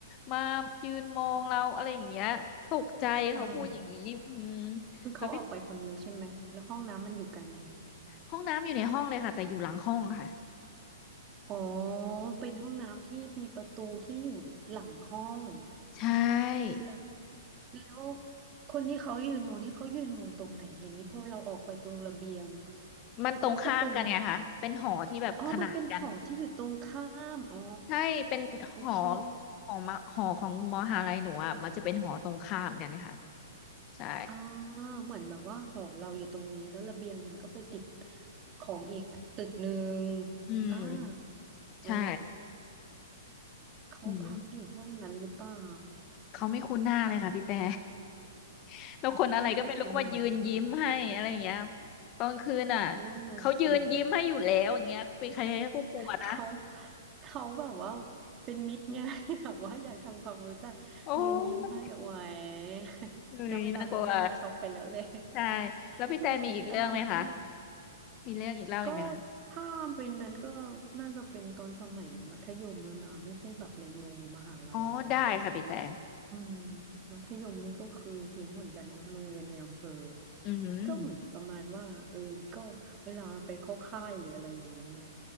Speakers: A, on the left; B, on the right.
A: มายืนมองเราอะไรอย่างเงี้ยตกใจเขาพูดอย่างนี้อืม
B: อ่าคือเขาออกไปคนเดียวใช่ไหมแล้วห้องน้ำมันอยู่ไกลไหม
A: แล้วไม่ห้องน้ำอยู่ในห้องเลยค่ะแต่อยู่หลังห้องค่ะ
B: อ๋อเป็นห้องน้ำที่มีประตูที่อยู่หลังห้อง
A: ใช่
B: แล้วแล้วคนที่เขายืนมองนี่เขายืนมองตรงไหนทีนี้พอเราออกไปตรงระเบียง
A: มันตรงข้ามกันไงคะเป็นหอที่แบบขนานกัน
B: แล้วก็เป็นอ๋อมันเป็นหอที่อยู่ตรงข้ามอ๋อ
A: ใช่เป็นหอ
B: โอเค
A: หอมาหอของมหาลัยหนูอ่ะมันจะเป็นหอตรงข้ามกันค่ะใช่
B: อ่าเหมือนแบบว่าหอเราอยู่ตรงนี้แล้วระเบียงมันก็ไปติดของอีกตึกหนึ่ง
A: อืม
B: อ่าอ๋อ
A: ใช่
B: เขาพักอยู่ห้องนั้นหรือเปล่า
A: อืมเขาไม่คุ้นหน้าเลยค่ะพี่แต่ <laughs> แล้วคนอะไรก็ไม่รู้มายืนยิ้มให้อะไรอย่างเงี้ย
B: ไม่ใช่เด็กปีหนึ่งใช่ไหม
A: ตอนคืนอ่ะ
B: นั่นน่ะสิ
A: เขายืนยิ้มให้อยู่แล้วอย่างเงี้ยเป็นใครๆก็กลัวนะ
B: เขาเขาแบบว่าเป็นมิตรไง <laughs> แบบว่าอยากทำความรู้จักยืนยิ้มให้โอ้ย
A: โอ้
B: <laughs>
A: เฮ้ยน่ากลัว
B: ณเวลานั้นฉันคงช็อกไปแล้วแหละ
A: ใช่
B: <laughs>
A: แล้วพี่แต่มีอีกเรื่องไหมคะ
B: โอ้ยอะไรวะเนี่ย
A: มีเรื่องอีกเล่าอีกไหมคะ
B: ก็ถ้าเป็นนั้นก็น่าจะเป็นตอนสมัยมัธยมแล้วนะไม่ใช่แบบในโมมหาลัยแล้วอะ
A: อ๋อได้ค่ะพี่แต่
B: อืมมัธยมนี่ก็คือเหี้ยนเหมือนกันเนาะโรงเรียนในอำเภอ
A: อืม
B: ก็เหมือนประมาณว่าเออก็เวลาไปเข้าค่ายหรืออะไรอย่างนี้ไง